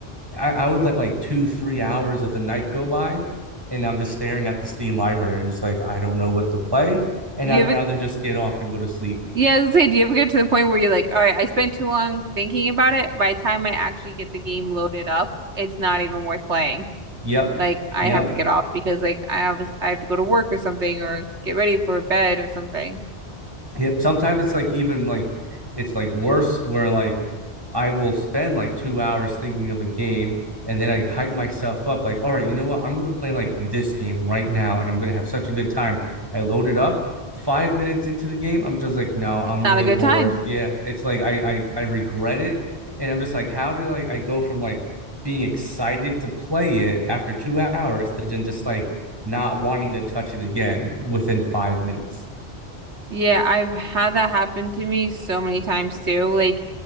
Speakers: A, on the right (about 20°); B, on the right (about 80°).
A: I, I would let like two, three hours of the night go by, and I'm just staring at the Steam library and just like, I don't know what to play. And
B: Do
A: I'd
B: you ever
A: rather just get off and go to sleep.
B: Yeah, I was gonna say, do you ever get to the point where you're like, all right, I spent too long thinking about it. By the time I actually get the game loaded up, it's not even worth playing.
A: Yep.
B: Like I
A: Yep.
B: have to get off because like I have I have to go to work or something or get ready for bed or something.
A: yeah, sometimes it's like even like it's like worse where like I will spend like two hours thinking of a game and then I hype myself up like, all right, you know what? I'm gonna play like this game right now and I'm gonna have such a good time. I load it up. Five minutes into the game, I'm just like, no, I'm
B: It's not
A: really
B: a good
A: bored.
B: time.
A: Yeah, it's like I I, I regret it, and I'm just like, how did I, I go from like being excited to play it after two hours to then just like not wanting to touch it again within five minutes?
B: Yeah, I've had that happen to me so many times too. Like